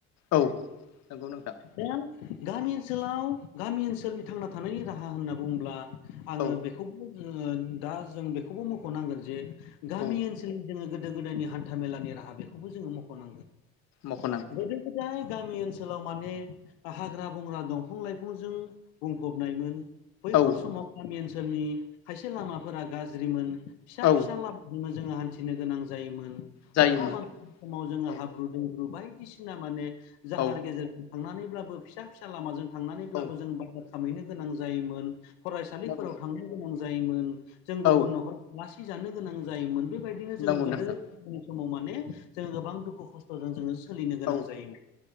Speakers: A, on the left; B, on the left.
A: औ नंगौ नोंथां।
B: दा गामि ओनसोलाव गामि ओनसोलनि थांना थानायनि राहा होनना बुङोब्ला आङो
A: औ
B: बेखौबो बुङो दा जों बेखौबो मख'नांगोन जे गामि
A: औ
B: ओनसोलनि जोङो गोदो गोदायनि हान्था मेलानि राहा बेखौबो जोङो मख'नांगोन।
A: मख'नां
B: गोदो गोदाय गामि ओनसोलाव माने हाग्रा बंग्रा दंफं लाइफंजों बुंफबनायमोन। बैफोर
A: औ
B: समाव गामि ओनसोलनि खायसे लामाफोरा गाज्रिमोन फिसा
A: औ
B: फिसा लामा जोङो हान्थिनो गोनां जायोमोन
A: जायोमोन
B: अखा बांखानि समाव जोङो
A: औ
B: हाब्रु दैब्रु बाय बायदिसिना माने जाहार
A: औ
B: गेजेरजों थांनानैब्लाबो फिसा फिसा लामाजों थांनानैब्लाबो
A: औ
B: जों बाजार खामहैनो गोनां जायोमोन, फरायसालिफोराव
A: नंगौ
B: थांनो गोनां जायोमोन, जों गुबुन
A: औ
B: न'खर जानो गोनां जायोमोन। बेबायदिनो जोङो
A: नंगौ
B: गोदो
A: नोंथां
B: सम समाव माने जों गोबां दुखु खस्थ'जों जोङो सोलिनो गोनां
A: औ
B: जायोमोन।